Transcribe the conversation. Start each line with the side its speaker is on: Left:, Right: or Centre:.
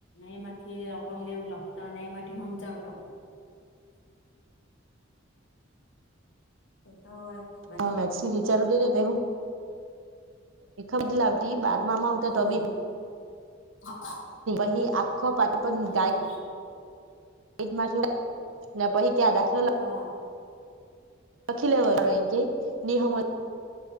Left: એમાંથી રકમ ને એવું લખ તો અને એમાંથી હમજાવ તો. એ તો એ ખબ
Right: હ <unintelligible> વિચાર હું ખબ લાવતી બારમાં આવુ
Left: હમ
Right: તો બી
Left: <inaudible>
Right: પહિ આખો પાઠ પણ
Left: હા
Right: ગાય ગણિતમાં <unintelligible> પહિ ક્યાં દાખલો લખ
Left: હા.
Right: લખી લો અહીં આગળ એમ કે નિ હમજ